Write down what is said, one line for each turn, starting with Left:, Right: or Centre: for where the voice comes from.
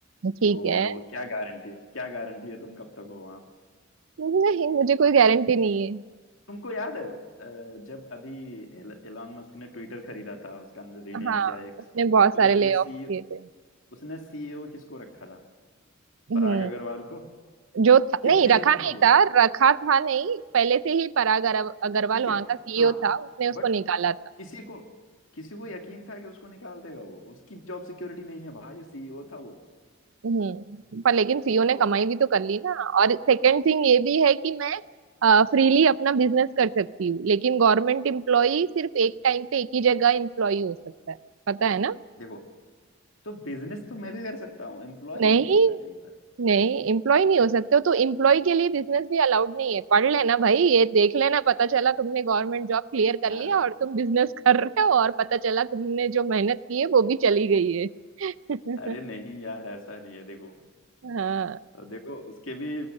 Right: ठीक
Left: तो
Right: है
Left: क्या गारंटी क्या गारंटी है तुम कब तक हो वहाँ
Right: नहीं मुझे कोई गारंटी नहीं है
Left: तुमको याद है अ, जब अभी एल, एलॉन मस्क ने ट्विटर खरीदा था उसका अंदर रीनेम
Right: हाँ
Left: किया एक्स
Right: उसने
Left: तो
Right: बहुत सारे
Left: उसने
Right: ले
Left: सी
Right: ऑफ किए थे
Left: उसने सीईओ किसको रखा था
Right: हम्म
Left: पराग अग्रवाल को
Right: जो था,
Left: कितने
Right: नहीं रखा
Left: दिन रहा
Right: नहीं
Left: वो
Right: था रखा था नहीं पहले से ही पराग अरव- अग्रवाल
Left: ठीक
Right: वहां
Left: है
Right: का सीईओ
Left: हाँ
Right: था उसने उसको
Left: बट
Right: निकाला था
Left: किसी को किसी को यकीन था कि उसको निकाल देगा वो उसकी जॉब सिक्योरिटी नहीं है भाई सीईओ था वो
Right: हम्म पर लेकिन सीईओ ने
Left: तो
Right: कमाई भी तो कर ली ना और सेकंड थिंग ये भी है कि मैं फ्रीली अपना बिजनेस कर सकती हूँ लेकिन गवर्नमेंट एम्प्लॉई सिर्फ एक टाइम पे एक ही जगह एम्प्लॉई हो सकता है पता है ना
Left: देखो तो बिजनेस तो मैं भी कर सकता हूँ एम्प्लॉय
Right: नहीं
Left: नहीं हो सकता कहीं पर
Right: नहीं एम्प्लॉय नहीं हो सकते हो तो एम्प्लॉय के लिए बिजनेस भी अलाउड नहीं है पढ़ लेना भाई ये देख लेना पता चला तुमने गवर्नमेंट जॉब क्लियर कर
Left: यार
Right: लिया और तुम बिजनेस <laughs> कर रहे हो और पता चला तुमने जो मेहनत की है वो भी चली गई है
Left: अरे नहीं
Right: <laughs>
Left: यार ऐसा नहीं है देखो
Right: हाँ
Left: देखो उसके भी